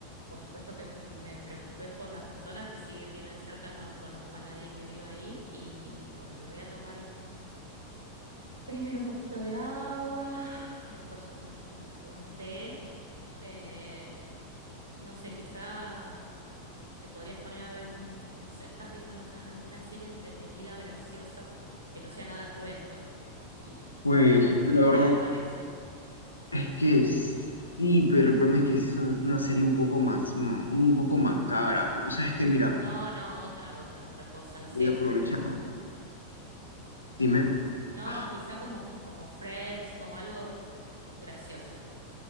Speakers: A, on the right; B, on the left.
A: por supuesto que me preocupé por las personas que si bien viven cerca, no conozco a nadie que viva ahí. Y dije, bueno, me voy a tomar un, primero un poquito de agua, después un, un- un té. eh, no sé, quizá te podrías poner a ver un, no sé, estás viendo alguna, alguna serie entretenida, graciosa, que no sea nada cruento, y
B: Pues
A: como para
B: la
A: cambiar
B: verdad
A: la cabeza.
B: es que sí, pero el problema es que sí es un- una serie un poco más, mm, un poco macabra. Pero sabes que mira,
A: No, no, otra, otra, otra cosa. No sé,
B: voy a
A: fr-
B: aprovechar. Dime.
A: no,
B: Ah,
A: quizá como, como Friends, como algo gracioso.